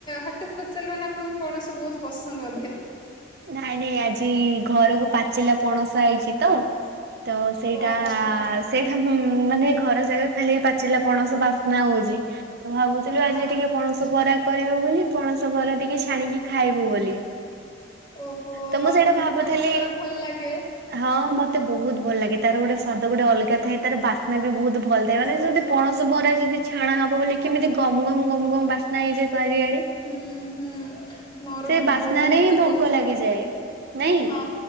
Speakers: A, on the left; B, on the right.
A: ହଠାତ ପଚାରିଲେ ମାନେ ଆପଣଙ୍କୁ କୌଣସି ବହୁତ ପସନ୍ଦ ବୋଧେ ହ
B: ନାଇଁ ନାଇଁ ଆଜି ଘରକୁ ପାଚିଲା ପଣସ ଆଇଚି ତ। ତ ସେଇଟା
A: ଓ ଆଚ୍ଛା।
B: ସେଇଟାଁ ମାନେ ଘର ଜାଗା ଖାଲି ପା ଆଚିଲା ପଣସ ବାସ୍ନା ହଉଛି ତ ଭାବୁଥିଲୁ ଆଜି
A: ହଁ
B: ଟିକେ ପଣସ ବରା କରିବ ବୋଲି ପଣସ ବରା ଟିକେ ଛାଣିକି ଖାଇବୁ ବୋଲି
A: ଓହୋ
B: ତ ମୁଁ
A: ଆପଣଙ୍କୁ
B: ସେଇଟା ଭାବୁଥିଲି
A: ପଣସ ପରା ଭଲ ଲାଗେ।
B: ହଁ ମତେ ବହୁତ ଭଲ ଲାଗେ। ତାର ଗୋଟେ ସ୍ୱାଦ ଗୋଟେ ଅଲଗା ଥାଏ ତାର ବାସ୍ନା ବି ବହୁତ ଭଲ ଥାଏ ମାନେ
A: ଓଃ।
B: ଯେମତି ପଣସ ବରା ଯଦି ଛଣା ହବ ବୋଲି କେମିତି ଗମ ଗମ ଗମ ଗମ ବାସ୍ନା ହେଇଯାଏ। ଚାରିଆଡେ
A: ହୁଁ ହୁଁ ମୋର
B: ସେ
A: ବି
B: ବାସ୍ନାରେ
A: ବହୁତ
B: ହିଁ
A: କଷ୍ଟ।
B: ଭୋକ ଲାଗିଯାଏ। ନାଇଁ।
A: ହଁ।